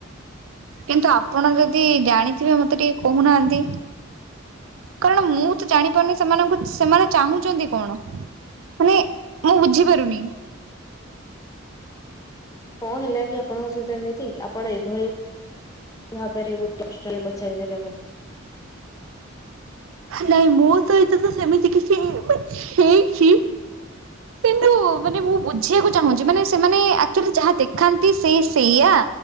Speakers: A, on the right; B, on the left.
A: କିନ୍ତୁ ଆପଣ ଯଦି ଜାଣିଥିବେ ମତେ ଟିକେ କହୁନାହାନ୍ତି। କାରଣ ମୁଁ ତ ଜାଣିପାରୁନି ସେମାନଙ୍କୁ ସେମାନେ ଚାହୁଁଛନ୍ତି କଣ? ମାନେ ମୁଁ ବୁଝିପାରୁନି।
B: କଣ ହେଲା କି ଆପଣଙ୍କ ସହିତ ଏମିତି? ଆପଣ ଏଭଳି ଭାବେରେ ଗୋଟେ <unintelligible> ପଚାରି ଦେଲେ ମ
A: ନାଇଁ ମୋ ସହିତ ତ ସେମିତି କିଛି ହେଇଛି। କିନ୍ତୁ ମାନେ ମୁଁ ବୁଝିବାକୁ ଚାହୁଁଛି ମାନେ ସେମାନେ ଆକ୍ଚୁଆଲି ଯାହା ଦେଖାନ୍ତି ସେ ସେଇଆ